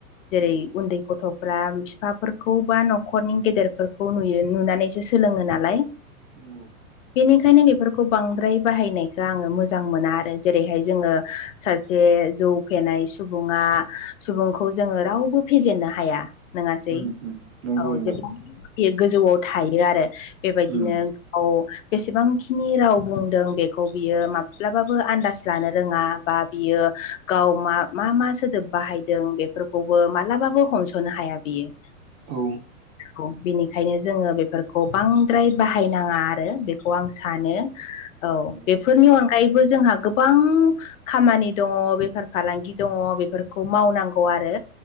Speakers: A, on the left; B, on the right.
A: जेरै
B: औ
A: उन्दै गथ' फोरा फिफाफोरखौ बा न'खरनि गेदेरफोरखौ नुयो नुनानैसो सोलोङो नालाय
B: <inaudible>
A: बेनिखायनो बेफोरखौ बांद्राय बाहायनायखौ आङो मोजां मोना आरो जेरैहाय जोङो सासे जौ फेनाय सुबुङा सुबुंखौ जोङो रावबो फेजेननो हाया नङासै
B: उम उम नंगौ
A: औ
B: नंगौ
A: जोबोद गोजौआव थायो आरो बेबायदिनो
B: उम
A: औ बेसेबांखिनि राव बुंदों बेखौ बियो माब्लाबाबो आन्दाज लानो रोङा बा बियो गाव मा मा मा सोदोब बाहायदों बेफोरखौबो मालाबाबो हमस'नो हाया बियो
B: औ
A: औ बिनिखायनो जोङो बेफोरखौ बांद्राय बाहायनाङा आरो बे खौ आं सानो औ
B: नंगौ
A: बेफोरनि
B: नंगौ
A: अनगायैबो जोंहा गो गोबां खामानि दङ बेफार फालांगि दङ बेफोरखौ मावनांगौ आरो